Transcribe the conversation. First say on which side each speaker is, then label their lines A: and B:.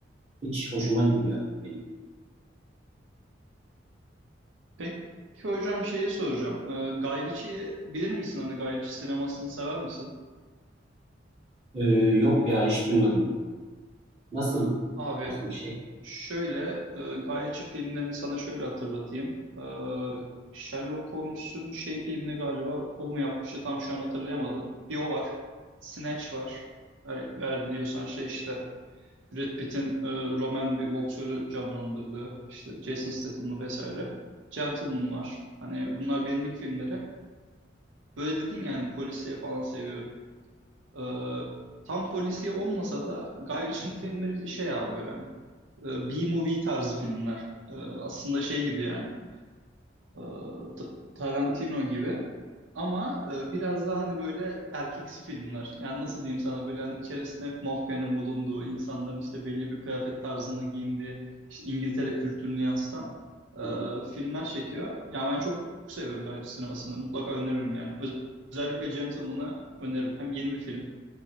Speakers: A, on the right; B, on the right.
A: hiç hoşuma gitmiyor benim.
B: Peki hocam şeyi soracağım. Ee, Guy Ritchie'yi bilir misin? Hani Guy Ritchie sinemasını sever misin?
A: E, yok ya hiç duymadım. Nasıl
B: Abi
A: nasıl bir şey?
B: şöyle e, Guy Ritchie filmlerini sana şöyle hatırlatayım. Ee, Sherlock Holmes'un şey filmini galiba o mu yapmıştı tam şu an hatırlayamadım. Bir o var. Snatch var. Eğer, eğer biliyorsan şey işte Brad Pitt'in e, Roman bir boksörü canlandırdığı işte Jason Statham'lı vesaire. Gentleman var. Hani bunlar benlik filmleri. Böyle dedin yani polisiye falan seviyorum. Ee, tam polisiye olmasa da Guy Ritchie'nin filmleri şey abi böyle hani e, B-movie tarzı filmler. Ee, aslında şey gibi yani e, Ta- Tarantino gibi ama e, biraz daha hani böyle erkeksi filmler. Yani nasıl diyeyim sana böyle hani içerisinde hep mafyanın bulunduğu, insanların işte belli bir kıyafet tarzında giyindiği, işte İngiltere kültürünü yansıtan e,
A: Hmm,
B: filmler çekiyor. Yani ben çok seviyorum Guy Ritchie sinemasını. Mutlaka öneririm yani. Öz- Özellikle Gentleman'ı öneririm. Hem yeni bir film